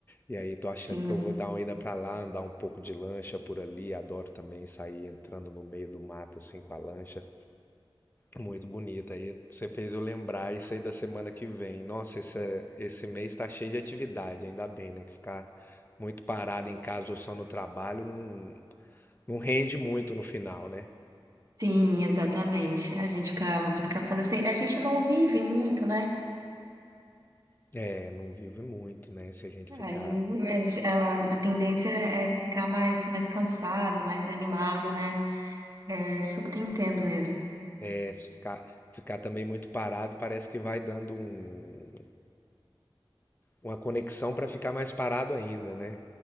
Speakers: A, on the left; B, on the right.
A: E aí, tô achando
B: sim.
A: que eu vou dar uma ida pra lá, andar um pouco de lancha por ali. Adoro também sair entrando no meio do mato assim com a lancha. Muito bonita. Aí você fez eu lembrar isso aí da semana que vem. Nossa, esse, esse mês tá cheio de atividade, ainda bem, né? Que ficar muito parado em casa ou só no trabalho não, não rende muito no final, né?
B: Sim, exatamente. A gente fica muito cansada. Assim, A gente não vive muito, né?
A: É, não vive muito, né? Se a gente ficar,
B: Aí a, gente- a- a tendência é ficar mais, mais cansado, mais animado, né? É super entendo mesmo.
A: é, se ficar, ficar também muito parado, parece que vai dando um, Uma conexão para ficar mais parado ainda, né?